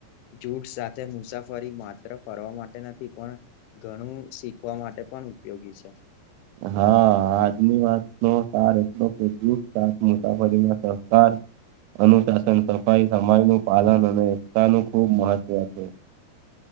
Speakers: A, on the left; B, on the right.
A: જૂથ સાથે મુસાફરી માત્ર ફરવા માટે નથી પણ... ઘણું શીખવા માટે પણ ઉપયોગી છે.
B: હા આજની વાતનો સાર એટલો કે સા મુસાફરી ના સકાર અનુશાસન સફાઈ સમય નું પાલન અને એકતા નું ખુબ મહત્વ છે.